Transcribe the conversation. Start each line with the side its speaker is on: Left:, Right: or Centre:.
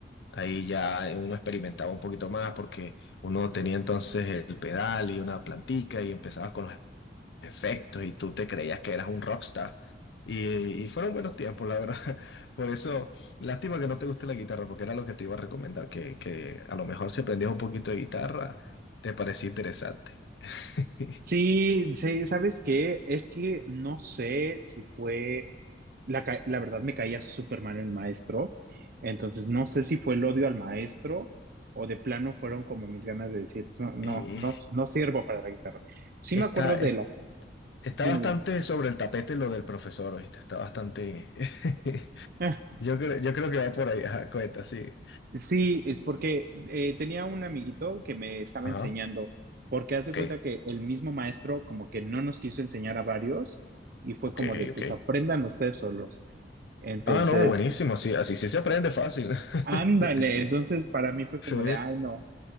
Left: Ahí ya uno experimentaba un poquito más porque uno tenía entonces el pedal y una plantica y empezabas con los efectos y tú te creías que eras un rockstar. Y, y fueron buenos tiempos, la verdad. <laughs> Por eso, lástima que no te guste la guitarra porque era lo que te iba a recomendar, que, que a lo mejor si aprendías un poquito de guitarra, te parecía interesante. <laughs>
Right: Sí, sí, ¿sabes qué? Es que no sé si fue la, ca- la verdad me caía súper mal el maestro, entonces no sé si fue el odio al maestro o de plano fueron como mis ganas de decir, "So- no,
Left: Y
Right: no, no sirvo para la guitarra. Sí
Left: está,
Right: me acuerdo
Left: es-
Right: de la,
Left: está
Right: dime,
Left: bastante
Right: dime.
Left: sobre el tapete lo del profesor, ¿oíste? Está bastante... <laughs>
Right: Ah,
Left: Yo creo, yo creo que va por ahí, ajá, cuenta, sí.
Right: sí, es porque eh, tenía un amiguito que me estaba
Left: Ajá.
Right: enseñando, porque hace
Left: Ok,
Right: cuenta que el mismo maestro como que no nos quiso enseñar a varios y fue
Left: ok,
Right: como de, pues
Left: ok.
Right: aprendan ustedes solos. Entonces,
Left: Ah, no, buenísimo, así, así sí se aprende fácil. <laughs>
Right: ándale, entonces para mí fue como
Left: Sí,
Right: de, ay, no.